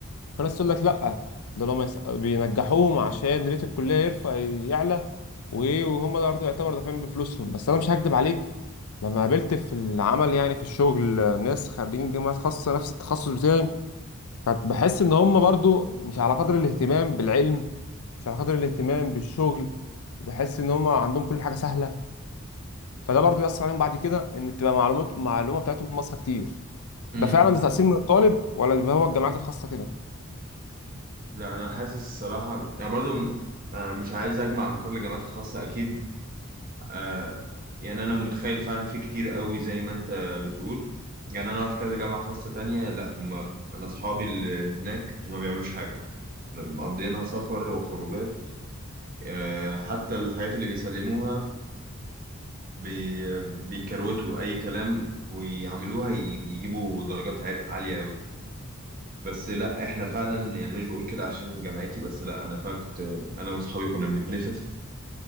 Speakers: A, on the left; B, on the right.
A: فالناس تقول لك لا ده لما يس... بينجحوهم عشان ريت الكليه يرفع يعلى و- وهم ده برضه يعتبر دافعين بفلوسهم بس انا مش هكدب عليك لما قابلت في العمل يعني في الشغل ناس خريجين جامعات خاصه نفس التخصص بتاعي كنت بحس ان هم برضه مش على قدر الاهتمام بالعلم مش على قدر الاهتمام بالشغل بحس ان هم عندهم كل حاجه سهله فده برضه بيأثر عليهم بعد كده ان تبقى معلومات المعلومه بتاعتهم ناقصه كتير
B: امم
A: ده فعلا ده تأثير من الطالب ولا بيبقى هو الجامعات الخاصه كده
B: لا انا حاسس الصراحه انا برضو آه، مش عايز اجمع عن كل الجامعات الخاصه اكيد آه، يعني انا متخيل فعلا في كتير قوي زي ما انت بتقول يعني انا اعرف كذا جامعه خاصه تانية لا هم انا اصحابي اللي هناك هم ما بيعملوش حاجه مقضيينها سفر وخروجات آه، حتى الحاجات اللي بيسلموها بي بيكروتوا اي كلام ويعملوها ي- يجيبوا درجات عال- عاليه قوي بس لا احنا فعلا يعني مش بقول كده عشان جامعتي بس لا انا فعلا كنت انا واصحابي كنا بنتنفخ